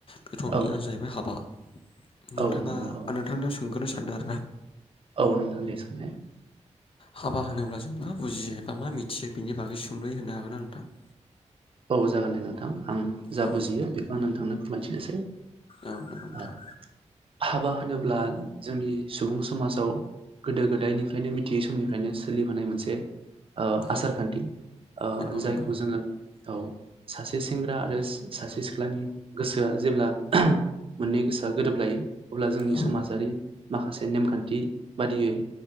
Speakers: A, on the left; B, on the right.
A: बे टपिकआनो
B: औ
A: जाहैबाय हाबा। नोंथाङा
B: औ नंगौ हाबा
A: नोंथांनियाव सोंग्रोनो सानदों आरो ना।
B: औ नोंथां दे सों ने।
A: हाबा होनोब्ला जों मा बुजियो एबा मा मिथियो बेनि बागै सुंदयै होनो हागोन ना नोंथां। <inaudible>
B: औ जागोन दे नोंथां आं जा
A: औ
B: बुजियो बेखौ आं नोंथांनो फोरमायथिनोसै।
A: औ नोंथां।
B: ओ हाबा होनोब्ला जोंनि सुबुं समाजाव गोदो गोदायनिफ्रायनो मिथियै समनिफ्रायनो सोलिबोनाय मोनसे ओ‌ आसारखान्थि
A: औ
B: ओ
A: नंगौ
B: जायखौ
A: नंगौ
B: जोङो औ सासे सेंग्रा आरो सासे सिख्लानि गोसोआ जेब्ला मोननै गोसोआ गोरोब लायो अब्ला जोंनि
A: औ
B: समाजारि माखासे नेमखान्थि बादियै